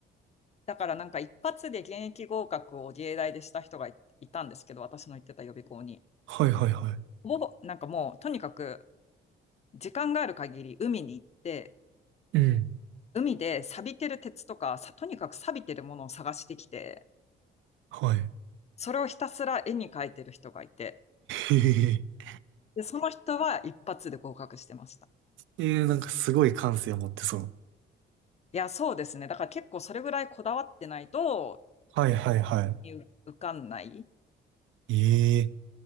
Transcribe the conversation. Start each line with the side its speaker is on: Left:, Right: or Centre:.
Left: だからなんか一発で現役合格を芸大でした人がい、いたんですけど、私の行ってた予備校に。
Right: はいはいはい。
Left: もう、なんかもう、とにかく時間がある限り海に行って、
Right: うん。
Left: 海で錆びてる鉄とか、さとにかく錆びてるものを探してきて、
Right: はい。
Left: それをひたすら絵に描いてる人がいて、
Right: ええ
Left: で、その人は一発で合格してました。
Right: ええなんかすごい感性を持ってそう。
Left: いや、そうですね。だから結構それぐらいこだわってないと、
Right: はいはいは
Left: う受かんない
Right: い。ええ